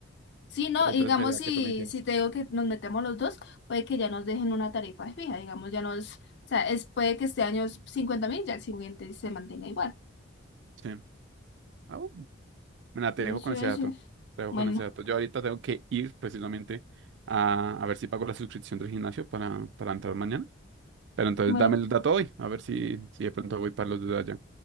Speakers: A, on the left (about 55°); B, on the right (about 60°).
A: Sí, no,
B: Entonces
A: digamos,
B: entonces sería
A: si,
B: que tú me quieras.
A: si te digo que nos metemos los dos, puede que ya nos dejen una tarifa fija, digamos, ya nos, o sea, es, puede que este año es cincuenta mil, ya el siguiente se mantenga igual.
B: Sí. Ah, bueno. Mira, te
A: Sí,
B: dejo
A: sí,
B: con ese dato.
A: sí.
B: Te dejo
A: Bueno,
B: con ese dato. Yo ahorita tengo que ir precisamente a, a ver si pago la suscripción del gimnasio para, para entrar mañana. Pero entonces
A: bueno,
B: dame el dato hoy. A ver si, si de pronto voy para los de allá.